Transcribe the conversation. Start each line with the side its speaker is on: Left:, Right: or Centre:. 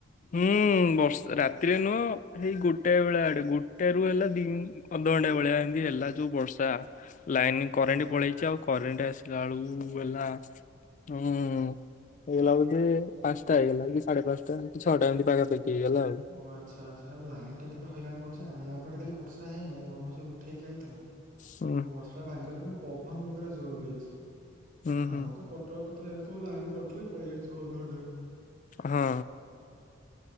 Left: ହୁଁ ବର୍ଷା ରାତିରେ ନୁହଁ ହେଇ ଗୋଟାଏ ବେଳା ଆଡେ ଗୋଟାରୁ ହେଲା ଦି ଅଧ ଘଣ୍ଟା ଭଳିଆ ଏମତି ହେଲା ଯୋଉ ବର୍ଷା ଲାଇନ୍ କରେଣ୍ଟ
Right: ହୁଁ
Left: ପଳେଇଛି ଆଉ କରେଣ୍ଟ ଆସ ଳକୁ ହେଲା ହୁଁ ଏଲା ବଦେ ପାଞ୍ଚଟା ହେଇଗଲା କି ସାଢେ ପାଞ୍ଚଟା କି ଛଅଟା ଏମିତି ପାଖାପଖି ହେଇଗଲା ଆଉ
Right: ଓ ଆଚ୍ଛା ଆଚ୍ଛା ଲାଇନ୍ ଟିକେ ହଇରାଣ କରୁଚି ଆମୋ ଏପଟେ କାଲି ବର୍ଷା ହେଇନି ଅବଶ୍ୟ ଉଠେଇକି ଆଇଥିଲା।
Left: ହୁଁ
Right: ବର୍ଷାଟା ଭାଙ୍ଗିଗଲା କି ପବନ ବଗେରା ଜୋର ଦେଇଛି
Left: ହୁଁ ହୁଁ
Right: ଆମର ତ କ କଟକ କଥା ଯାଣିଥିବ ଲାଇନ କଟିଲେ ପଳେଇଆସିବ ଅଧଘଣ୍ଟେ ଭି
Left: ହଁ।